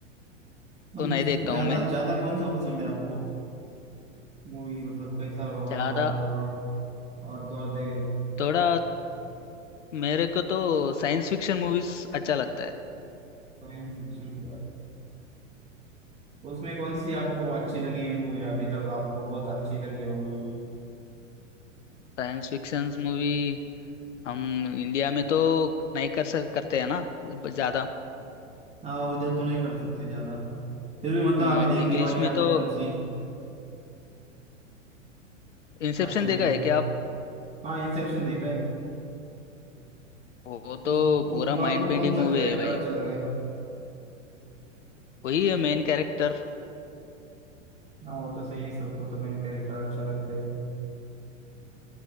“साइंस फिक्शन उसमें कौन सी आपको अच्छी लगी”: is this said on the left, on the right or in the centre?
Right